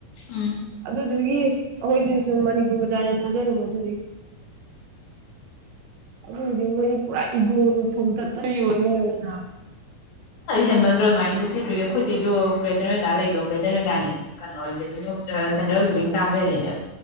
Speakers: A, on the left (about 60°); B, on the right (about 75°).
A: ꯎꯝ
B: ꯑꯗꯨꯒꯤ ꯑꯩꯈꯣꯏꯁꯨ ꯁꯨꯝ ꯃꯅꯤꯄꯨꯔ ꯃꯆꯥꯥꯅꯦꯅ ꯊꯥꯖꯔꯨꯕꯣ ꯑꯗꯨꯗꯒꯤ ꯑꯗꯨ ꯑꯣꯏꯗꯤ ꯃꯅꯤ ꯄꯨꯔꯥ ꯏꯒꯣꯅ ꯊꯣꯡ ꯇꯠꯇ ꯑꯣꯏꯅꯅ
A: ꯍꯦꯟꯃꯟꯗꯣ ꯑꯗꯨꯃꯥꯏꯅ ꯁꯤꯛꯁꯇꯤ ꯊ꯭ꯔꯤꯒꯤ ꯑꯩꯈꯣꯏꯁꯤꯁꯨ ꯒ꯭ꯔꯦꯇꯔ ꯅꯣꯏꯗꯥ ꯂꯩꯗꯣ ꯒ꯭ꯔꯦꯇꯔ ꯅꯣꯏꯗꯥꯅꯦ ꯀꯩꯅꯣ ꯂꯤꯦꯟꯗꯔ ꯑꯣꯐ ꯂꯤꯚꯡ ꯇꯥꯡꯕ ꯍꯦꯜꯂꯤꯅꯦ ꯑꯣ